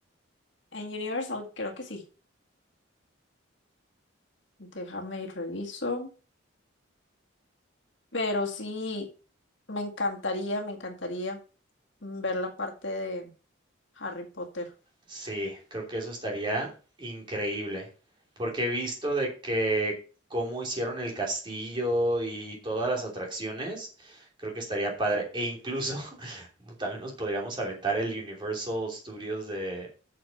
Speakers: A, on the left; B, on the right.
A: En Universal creo que sí. Déjame y reviso. Pero sí, me encantaría, me encantaría ver la parte de Harry Potter.
B: Sí, creo que eso estaría increíble. Porque he visto de que cómo hicieron el castillo y todas las atracciones, creo que estaría padre. E incluso <laughs> también nos podríamos aventar el Universal Studios de,